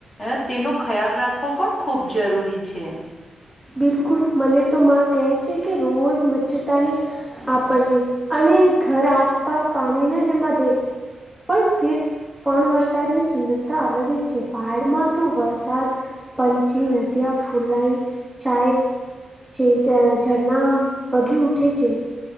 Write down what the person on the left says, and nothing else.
અ તેનુ ખ્યાલ રાખવો પણ ખૂબ જરૂરી છે.